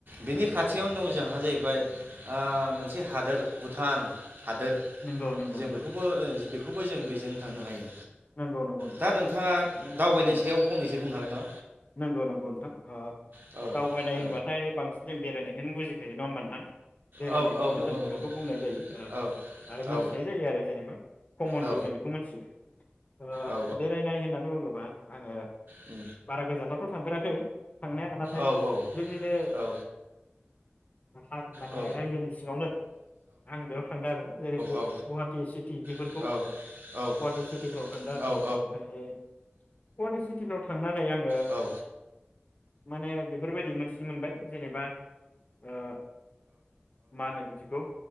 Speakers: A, on the right; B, on the left.
A: बिनि खाथियावनो दं जोंहा जाहैबाय ओ‌ मोनसे हादोर भुटान। हादोर
B: नंगौ नंगौ
A: जों
B: नोंथां
A: बेखौबो ओ बेख बेखौबो जों बेजों थांनो हायो।
B: नंगौ नंगौ नोंथां
A: दा नोंथाङा दावबायनाय
B: उम
A: सायाव फंनैसो बुं हागोन ना?
B: नंगौ नंगौ नोंथां
A: हागोन नामा औ
B: ओ <unintelligible> फोनाय
A: औ
B: होनबाथाय बांसिन जों बेरायनायखौनो बजिख <unintelligible> नङा होनोमबदां बेरायनायखौनो
A: औ औ नंगौ
B: जों
A: नंगौ
B: बेखौ बुंनाय जायो
A: औ
B: आरो मोनथिनाय
A: औ
B: जायो आरो जेनेबा कमनलि
A: औ
B: जों बेखौ मोनथियो ओ
A: औ
B: बेरायनाय होननानै बुङोबा आङो
A: उ
B: बारा गोजानावथ' थांफेराखै थांनाया नाथाय
A: औ औ
B: जोंनिनो
A: औ
B: ओ आ <unintelligible> माने
A: औ
B: रायजोनि सिङावनो आं बेयाव थांदों आरो जेरै गुवाहाटिी
A: औ
B: सिटि बेफोरखौ
A: औ
B: गुवाहाटिी
A: औ
B: सिटिफ्राव थांदों
A: औ
B: आरो ओमफ्राय गुवाहाटि सिटिफ्राव थांनानै आं
A: औ
B: माने बेफोरबायदि मोनथिनो मोनबाय जेनेबा ओ मानो बिदिखौ